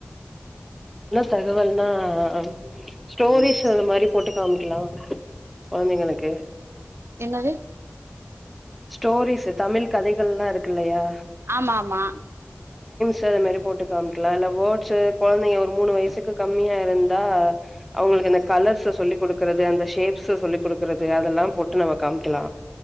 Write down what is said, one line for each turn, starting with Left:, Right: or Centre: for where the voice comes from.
Centre: தகவல்னாம் ஸ்டோரிஸ் அந்த மாரி போட்டு காமிக்கிலா கொழந்தைங்குளுக்கு
Right: என்னாது
Centre: ஸ்டோரிஸ்சு தமிழ் கதைகள்லா இருக்கு இல்லையா
Right: ஆமா ஆமா
Centre: த அத மாரி போட்டு காம்க்கிலா இல்ல வோர்ட்ஸ்சு கொழந்தைங்க ஒரு மூணு வயசுக்கு கம்மியா இருந்தா அவுங்குளுக்கு இந்த கலர்ஸ்ச சொல்லி குடுக்கறது அந்த ஷேப்ஸ்ச சொல்லி குடுக்கறது அதெல்லாம் போட்டு நம்ம காம்க்கிலா